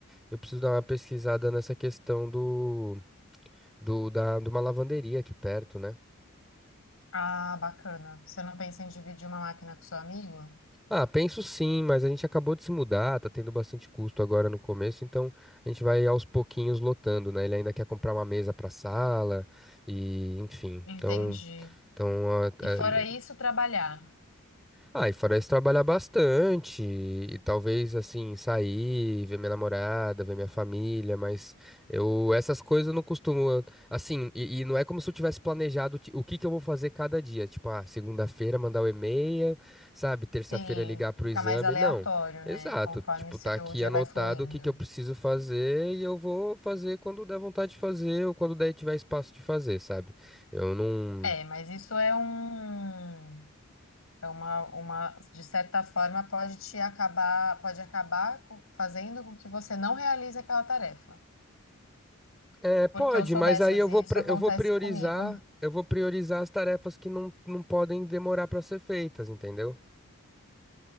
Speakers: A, in the centre; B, on the left (about 70°).
A: Eu preciso dar uma pesquisada nessa questão do, do da, de uma lavanderia aqui perto, né?
B: Ah, bacana. Você não pensa em dividir uma máquina com seu amigo?
A: Ah, penso sim, mas a gente acabou de se mudar, tá tendo bastante custo agora no começo, então a gente vai aos pouquinhos lotando, né? Ele ainda quer comprar uma mesa pra sala e, enfim.
B: Entendi.
A: Então, então, ah,
B: E
A: é,
B: fora isso, trabalhar.
A: Ah, e fora isso, trabalhar bastante, e talvez, assim, sair, ver minha namorada, ver minha família, mas eu, essas coisas eu não costumo, assim, e, e não é como se eu tivesse planejado ti- o que que eu vou fazer cada dia, tipo, ah, segunda-feira mandar o e-mail, sabe, terça-feira
B: Sim,
A: ligar pro
B: fica
A: exame,
B: mais aleatório,
A: não, exato,
B: né? Conforme
A: tipo,
B: o seu
A: tá aqui
B: dia
A: anotado
B: vai fluindo.
A: o que que eu preciso fazer e eu vou fazer quando der vontade de fazer ou quando der tiver espaço de fazer, sabe, eu não...
B: É, mas isso é um, é uma, uma, de certa forma, pode te acabar, pode acabar com- fazendo com que você não realize aquela tarefa.
A: É, pode,
B: Porque eu sou
A: mas
B: dessas
A: aí eu
B: e
A: vou,
B: isso
A: pre-
B: acontece
A: eu vou priorizar,
B: comigo.
A: eu vou priorizar as tarefas que não, não podem demorar para ser feitas, entendeu?